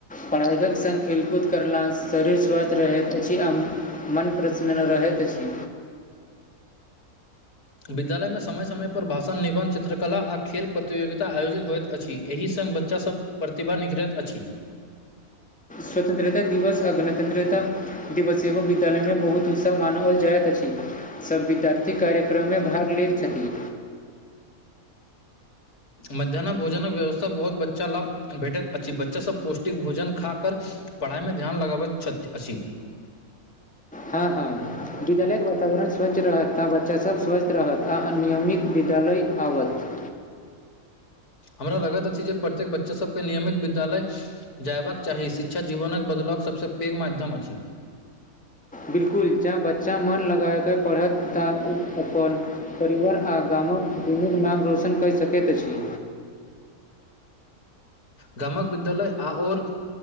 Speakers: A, in the centre; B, on the left.
A: पढ़ाइकक संग खेलकूद करलास शरीर स्वस्थ रहैत अछि आ म मन प्रसन्न रहैत अछि
B: विद्यालयमे समय समयपर भाषण निबन्ध चित्रकला आ खेल प्रतियोगिता आयोजित होइत अछि एहि संग बच बच्चा सब प्रतिभा निगरैत अछि।
A: स्वतंत्रता दिवस आ गणतन्त्रता। दिवस सेहो विद्यालयमे बहुत उत् उत्साह मानओल जायत अछि। सभ विद्यार्थी कार्यक्रममे भाग लैत छथि
B: मध्यानह भोजनक व्यवस्था बहुत बच्चा लाभ भेटैत अछि बच्चासभ पौष्टिक भोजन खाकर पढ़ाइमे ध्यान लगाबैत छत अछि
A: हँ हँ विद्यालय केँ वातावरण स्वच्छ रहत तऽ बच्चासभ स्वस्थ रहत आ आ नियमित विद्यालय आवत
B: हमरा लगैत अछि जे प्रत्येक बच्चा सब केँ नियमित विद्यालय जयबाक चाही शिक्षा जीवनक बदलक सबसँ पैघ माध्यम अछि
A: बिल्कुल जँ बच्चा मोन लगायक पढ़त तऽ उ अपन परिवार आ गामक दुनुक नाम रोशन कैय सकैत अछि
B: गामक विद्यालय आओर